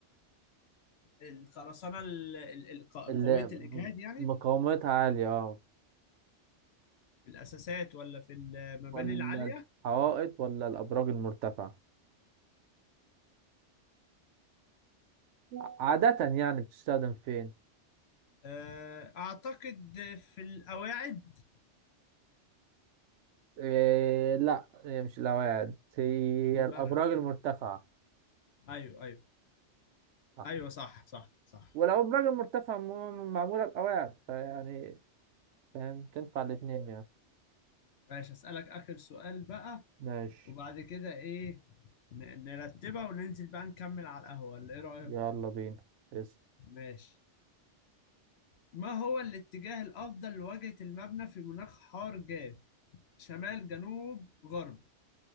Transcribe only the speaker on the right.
اللي
م-
مقاومتها عالية اه
ولا
الحوائط ولا الأبراج المرتفعة ع- عادة يعني بتستخدم فين
إيه لا هي مش الأواعد هي
الأبراج المرتفعة
صح
والأبراج المرتفعة م- معمولة بأواعد فيعني فاهم تنفع الاتنين يعني
ماشي
يلا بينا اسم